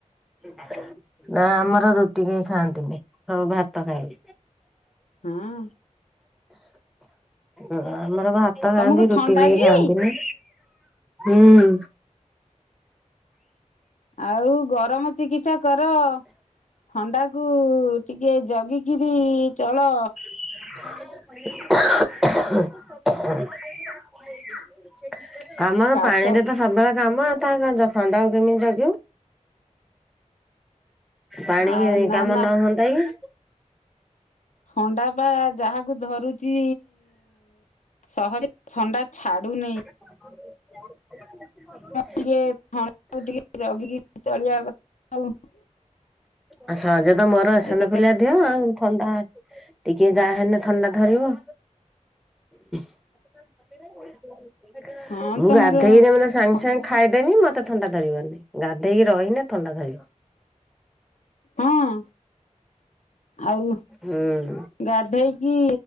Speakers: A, in the centre; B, on the left (about 70°).
A: ଆଉ ନା ଆମର ରୁଟି କେହି ଖାଆନ୍ତିନି ସବୁ ଭାତ ଖାଇବେ
B: ହଁ
A: ଉଁ ଆମର ଭା ତ
B: ତମକୁ
A: ଖାଆନ୍ତି ରୁଟି
B: ଥଣ୍ଡା
A: କେଇ
B: କି?
A: ଖାଇନ୍ତିିନି ହୁଁ
B: ଆଉ ଗରମ ଚିକିତ୍ସା କର ଥଣ୍ଡାକୁ ଟିକେ ଜଗିକିରି ଚଳ।
A: <inaudible> <inaudible> କାମର
B: କାଶ
A: ପାଣିରେ ତ ସବୁବେଳେ କାମ। <unintelligible> ଥଣ୍ଡାକୁ କେମିତି ଜଗିବ? ପାଣି
B: ଆଉ ନା
A: କାମ
B: ନା
A: ନ ହୁଅନ୍ତା କି?
B: ଥଣ୍ଡା ପା ଯାହାକୁ ଧରୁଛି ସହ ଥଣ୍ଡା ଛାଡ଼ୁ ନହି।
A: <inaudible>
B: <unintelligible>
A: ଆଉ ସହଜ ତ ମୋର ଏସନ
B: ଏତେ
A: ଫୁଲିଆ
B: ତ
A: ଦିହ ଆଉ। ଥଣ୍ଡା ଟିକେ ଯାହା ହେଲେ ଥଣ୍ଡା ଧରିବ। <inaudible>
B: ହଁ
A: ମୁଁ
B: ତମର
A: ଗାଧେଇଲେ ମାନେ ସାଙ୍ଗେ
B: ଥଣ୍ଡା
A: ସାଙ୍ଗେ ଖାଇ ଦେମି ମୋତେ ଥଣ୍ଡା ଧରିବନି ଗାଧେଇକି ରହିନେ ଥଣ୍ଡା ଧରିବ।
B: ହଁ। <inaudible> ଆଉ।
A: ହୁଁ।
B: ଗାଧେଇକି